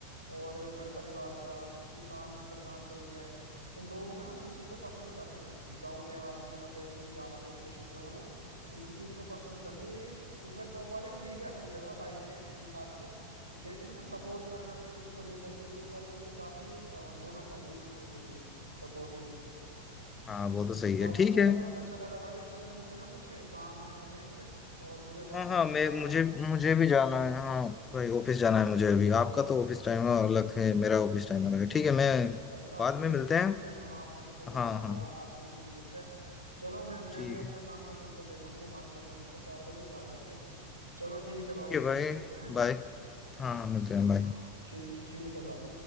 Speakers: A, on the right (about 85°); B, on the left (about 20°).
A: और घर परिवार का किसान प्रधान देश है तो लोग ना उसी को पसंद करते हैं गांव देहात में और वैसे भी ज्यादा पॉपुलेशन जो है वो इसी चीज को पसंद करती है ये सिंगर पॉप वाले ठीक है अपनी जगह वाइब के हिसाब से लेकिन ना सपोर्ट करना म्यूजिक को लेकर के ये सारी चीजें काफी अ, होना चाहिए एक दूसरे के लिए सपोर्टिव
B: हाँ, वो तो सही है
A: बाकी
B: ठीक
A: चलो
B: है
A: बहुत अच्छा लगा भाई असल में मुझे ना कुछ काम है अर्जेंट और मुझे जाना
B: हाँ हाँ
A: है अभी
B: मैं
A: चार
B: मुझे
A: बज गए हैं
B: मुझे भी जाना है हाँ भाई ऑफिस जाना है मुझे अभी
A: तो
B: आपका तो ऑफिस टाइम अलग है मेरा ऑफिस टाइम अलग है ठीक है मैं
A: अच्छा आपकी
B: बाद में मिलते
A: इवनिंग
B: हैं
A: शिफ्ट है ना हाँ मैं मुझे ध्यान
B: हाँ
A: आ
B: हाँ
A: गया आपकी इवनिंग शिफ्ट है चलो मैं मैं
B: ठीक
A: भी अपना
B: है
A: काम खत्म कर लेता हूँ मुझे मार्केट जाना था चार बजे चार बज गए चलो ठीक है
B: ठीक
A: भाई
B: है भाई
A: मिलते हैं फिर हैं
B: बाय हाँ हाँ मिलते हैं बाय
A: हाँ ठीक ठीक है भाई